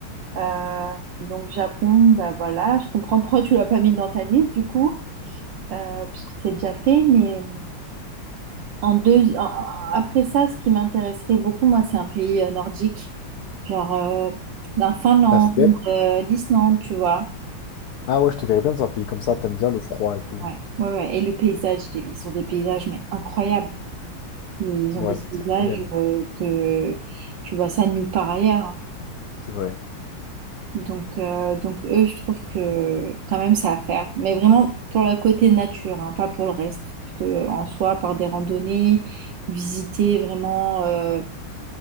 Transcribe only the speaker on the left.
La Suède?
Ah ouais, je te verrais bien dans un pays comme ça, t'aimes bien le froid et tout.
Ouais,
c'est
exceptionnel,
c'est vrai.